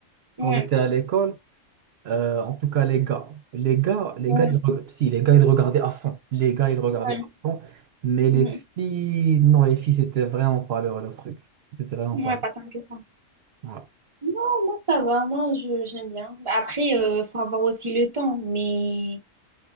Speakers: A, on the right; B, on the right.
A: quand
B: ouais,
A: j'étais à l'école, euh, en tout cas, les gars, les gars, les
B: ouais,
A: gars, ils, reg- si, les gars, ils regardaient à fond. Les gars, ils regardaient
B: ouais,
A: à fond. Mais
B: mhm.
A: les filles, non, les filles, c'était vraiment pas leur, leur truc. C'était vraiment
B: Ouais,
A: pas leur.
B: pas tant que ça.
A: Voilà.
B: Non, moi, ça va. Moi, je, j'aime bien. Bah, Après, euh, faut avoir aussi le temps. Mais